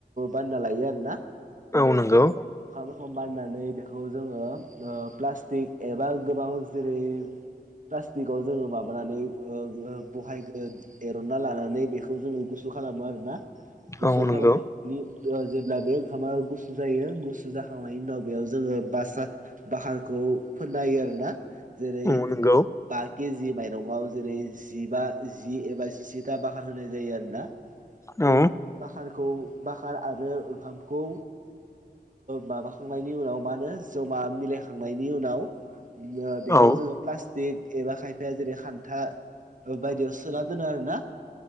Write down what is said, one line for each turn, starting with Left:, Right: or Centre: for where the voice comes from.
Right: बानायना लायो आरो ना।
Left: नोंगौ।
Right: ओंखाम रखोम बाननानै बेखौ जोङो प्लास्टिक एबा गोबां जेरै प्लास्टिकाव जोङो माबानानै बहायग एरनना लानानै बेखौ जोङो गुसु खालामो आरोना। गुसु
Left: औ नंगौ
Right: खालामखांनायनि जेब्ला बे ओंखामा गुसु जायो गुसु जाखांनायनि उनाव बेयाव जोङो। बासा बाकारखौ फोनना होयो आरोना जेरै
Left: औ नंगौ
Right: बा के जि माइरंआव जेरै जिबा जि एबा जिसेथा बाखार होनाय जायो आरोना।
Left: औ
Right: बे बाखारखौ बाखार आरो ओंखामखौ माबाखांनायनि उनाव मा होनो जमा मिलायखांनायनि उनाव बेखौ
Left: औ
Right: जोङो प्लास्टिक एबा खायफाया जेरै खान्था बायदियाव सोना दोनो आरोना